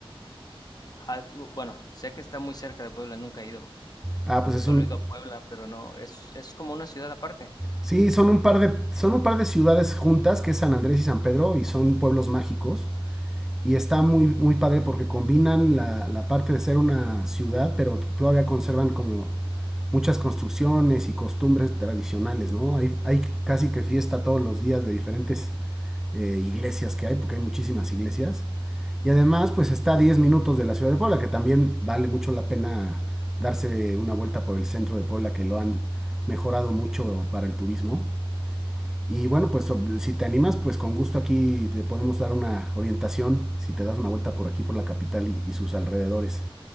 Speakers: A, on the left; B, in the centre.
A: Ah, bu- bueno, sé que está muy cerca de Puebla, nunca he ido.
B: Ah,
A: Mm,
B: pues
A: Solo
B: es un...
A: he ido a Puebla, pero no, es, es como una ciudad aparte.
B: Sí, son un par de, son un par de ciudades juntas, que es San Andrés y San Pedro, y son pueblos mágicos Y está muy, muy padre porque combinan la, la parte de ser una ciudad, pero todavía conservan como muchas construcciones y costumbres tradicionales, ¿no? Hay, hay casi que fiesta todos los días de diferentes eh, iglesias que hay, porque hay muchísimas iglesias. Y además, pues está a 10 minutos de la ciudad de Puebla, que también vale mucho la pena darse una vuelta por el centro de Puebla, que lo han mejorado mucho para el turismo. Y bueno, pues so, si te animas, pues con gusto aquí te podemos dar una orientación si te das una vuelta por aquí, por la capital y, y sus alrededores.